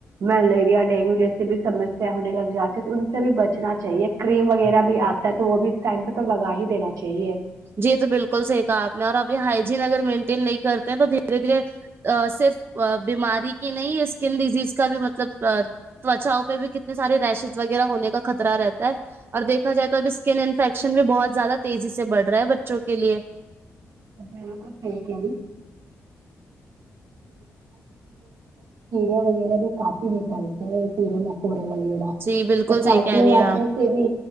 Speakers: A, on the right (about 80°); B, on the right (about 40°).
A: ملیریا ڈینگو جیس بھی سمسیا ہونے لگ جاتی ہیں تو ان سے بھی بچنا چاہیے کریم وغیرہ بھی آتا ہے تو وہ بھی اس ٹائم پہ تو لگا ہی دینا چاہیے
B: جی تو بالکل صحیح کہہ آپ نے اور ابھی ہائیجین اگر مینٹین نہیں کرتے ہیں تو دھیرے دھیرے صرف بیماری کی نہیں اسکن ڈیزیز کا بھی مطلب تچاؤ میں بھی کتنے سارے ریشز وغیرہ ہونے کا خطرہ رہتا ہے اور دیکھا جائے تو اب اسکن انفیکشن بھی بہت زیادہ تیزی سے بڑھ رہا ہے بچوں کے لیے
A: <inaudible> کیڑے وغیرہ بھی کافی نکلتے ہیں کیڑے مکوڑے وغیرہ
B: جی بالکل
A: تو
B: صحیح
A: کاٹنے
B: کہہ رہی ہیں
A: وات
B: آپ
A: سے بھی